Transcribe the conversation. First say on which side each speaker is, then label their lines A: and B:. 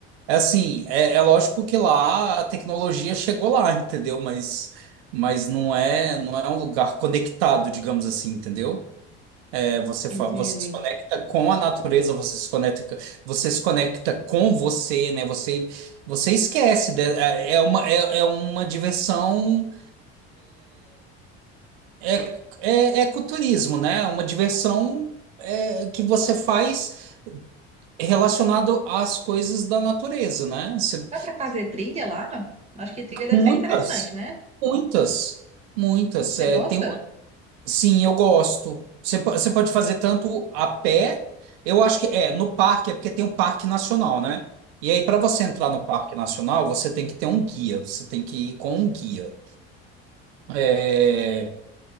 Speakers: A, on the right (about 85°); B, on the right (about 20°).
A: É assim, é, é lógico que lá a tecnologia chegou lá, entendeu? Mas, mas não é, não é um lugar conectado, digamos assim, entendeu? É, você,
B: Entendi.
A: fa- você se conecta com a natureza, você se conecta, você se conecta com você, né? Você, você esquece, né? É é uma, é, é uma diversão É, é ecoturismo, né? É uma diversão é, que você faz relacionado às coisas da natureza, né? Você-
B: Dá pra fazer trilha lá? Acho que trilha deve
A: muitas,
B: ser interessante, né?
A: muitas, muitas.
B: Você
A: É,
B: gosta?
A: tem, sim, eu gosto. Você, po- você pode fazer tanto a pé, eu acho que é no parque, é porque tem um parque nacional, né? E aí, para você
B: Sim,
A: entrar no parque nacional, você tem que ter um guia, você tem que ir com um guia. É,